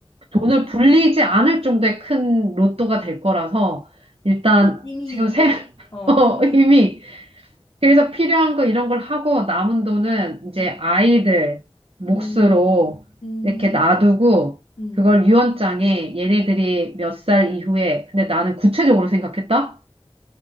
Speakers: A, on the right; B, on the left.
A: 돈을 불리지 않을 정도의 큰 로또가 될 거라서 일단
B: 이미
A: 지금
B: 이제
A: 세, <laughs>
B: 어
A: 어,
B: 이미
A: 이미 그래서 필요한 거 이런 걸 하고 남은 돈은 이제
B: 음,
A: 아이들 몫으로
B: 음, 음,
A: 이렇게 놔두고
B: 음,
A: 그걸 유언장에 얘네들이 몇 살 이후에 근데 나는 구체적으로 생각했다?